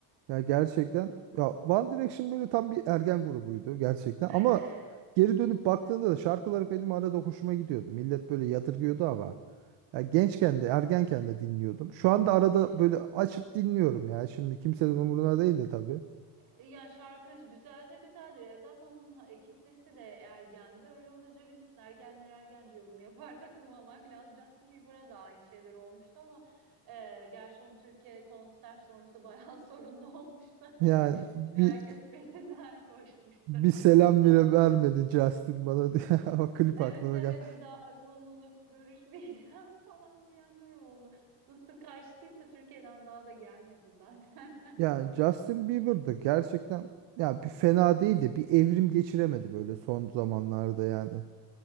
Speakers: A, on the right (about 70°); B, on the right (about 50°).
A: Ya gerçekten ya One Direction böyle tam bir ergen grubuydu gerçekten
B: <laughs> Evet.
A: ama geri dönüp baktığında
B: Evet.
A: da şarkıları benim arada hoşuma gidiyordu. Millet böyle yadırgıyordu ama ya gençken de ergenken de dinliyordum. Şu anda arada
B: E,
A: böyle açıp dinliyorum ya. Şimdi kimsenin umuruna değil de tabii.
B: yani şarkı güzelse güzeldir. E, zaten onun ha- e, kitlesi de ergendi. Öyle olunca bilirsin. Ergenler ergence yorum yapar <laughs> takılmamak lazım. Justin Bieber'a da aynı şeyler olmuştu ama e, gerçi onun Türkiye konser sonrası bayağı <laughs> sorunlu olmuştu.
A: Yani
B: <laughs>
A: bir
B: Herkes peşinden koşmuştu.
A: bir selam
B: <laughs> Zor.
A: bile vermedi Justin bana diye <laughs> ama klip
B: Evet
A: aklıma
B: evet
A: geldi.
B: bir daha onunla görüşmeyeceğim <laughs> falan diyenler oldu. Nasıl kaçtıysa Türkiye'den daha da gelmedi zaten. <laughs>
A: Yani Justin Bieber'dı gerçekten ya bir fena değil de bir evrim geçiremedi böyle son zamanlarda yani.